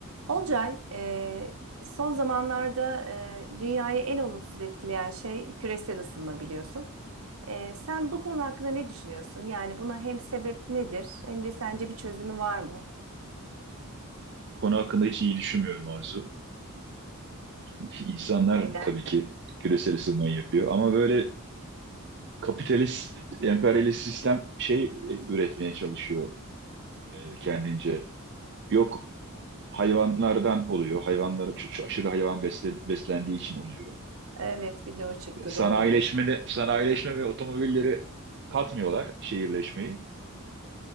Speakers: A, on the right; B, on the right.
A: Olcay, e, son zamanlarda e, dünyayı en olumsuz etkileyen şey küresel ısınma biliyorsun. E, sen bu konu hakkında ne düşünüyorsun? Yani buna hem sebep nedir hem de sence bir çözümü var mı?
B: Konu hakkında hiç iyi düşünmüyorum Arzu. <laughs> İnsanlar
A: Aynen.
B: tabii ki küresel ısınmayı yapıyor ama böyle kapitalist, emperyalist sistem şey e, üretmeye çalışıyor e, kendince. Yok hayvanlardan oluyor. Hayvanlara ç- ç- aşırı hayvan besle- beslendiği için oluyor.
A: Evet, bir de o çıktı
B: Sanayileşme
A: doğru diyorsun.
B: de sanayileşme ve otomobilleri katmıyorlar şehirleşmeyi.